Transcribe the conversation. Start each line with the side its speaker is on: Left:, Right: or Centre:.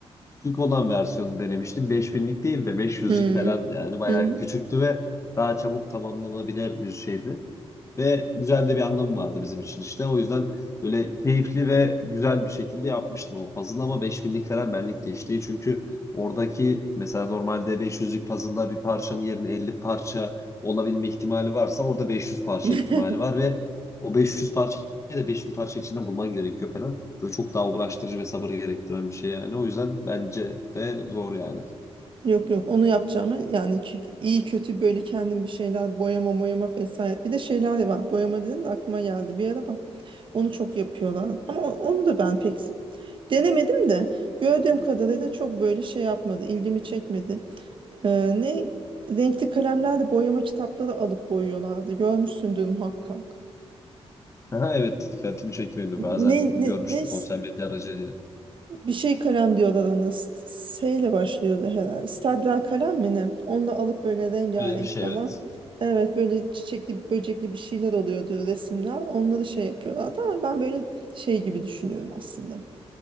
Left: küçük olan versiyonu denemiştim. 5000'lik değil de 500'lük
Right: Hı.
Left: falan yani bayağı
Right: Hı hı.
Left: küçüktü ve daha çabuk tamamlanabilir bir şeydi. Ve güzel de bir anlamı vardı bizim için işte. O yüzden böyle keyifli ve güzel bir şekilde yapmıştım o puzzle ama 5000'lik falan benlik de işte. Çünkü oradaki mesela normalde 500'lük puzzle'da bir parçanın yerine 50 parça olabilme ihtimali varsa orada 500 parça
Right: <laughs>
Left: ihtimali var ve o 500 parçayı da 5000 parça içinden bulman gerekiyor falan. Böyle çok daha uğraştırıcı ve sabır gerektiren bir şey yani. O yüzden bence de zor yani.
Right: Yok yok onu yapacağım. Yani kü- iyi kötü böyle kendim bir şeyler boyama boyama vesaire. Bir de şeyler var. Boyama dedin de aklıma geldi. Bir ara bak onu çok yapıyorlar. Ama o- onu da ben pek denemedim de gördüğüm kadarıyla çok böyle şey yapmadı. ilgimi çekmedi. Ee, ne renkli kalemlerle boyama kitapları alıp boyuyorlardı. Görmüşsündür muhakkak.
Left: Aha, evet dikkatimi çekti benim de.
Right: Ne,
Left: Bazen görmüştüm
Right: ne, ne
Left: sosyal medya aracılığıyla.
Right: Bir şey kalem diyorlar ona. St- S ile başlıyordu herhalde. Stadler kalem mi ne? Onunla alıp böyle rengarenk
Left: Öyle bir şey
Right: falan.
Left: evet.
Right: Evet böyle çiçekli böcekli bir şeyler oluyordu resimler. Onları şey yapıyorlardı ama ben böyle şey gibi düşünüyorum aslında.